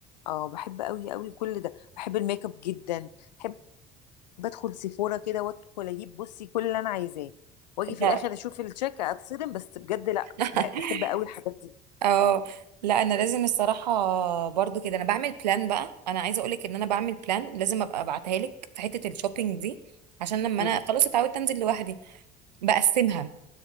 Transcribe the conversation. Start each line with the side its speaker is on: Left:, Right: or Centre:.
Left: اه بحب قوي قوي كل ده بحب الميك اب جدا بحب ادخل سيفورا كده وادخل اجيب بصي كل اللي انا عايزاه واجي في
Right: لا
Left: الاخر اشوف الشيك اتصدم بس بجد لا
Right: <laughs>
Left: بح- بحب قوي الحاجات دي
Right: اه لا انا لازم الصراحه برضو كده انا بعمل بلان بقى انا عايزه اقولك ان انا بعمل بلان لازم ابقى ابعتها لك في حته الشوبينج دي عشان لما
Left: امم
Right: انا خلاص اتعودت انزل لوحدي بقسمها